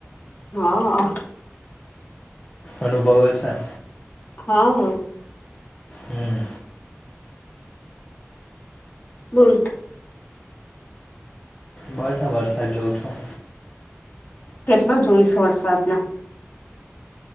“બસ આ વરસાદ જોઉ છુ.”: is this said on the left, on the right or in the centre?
Left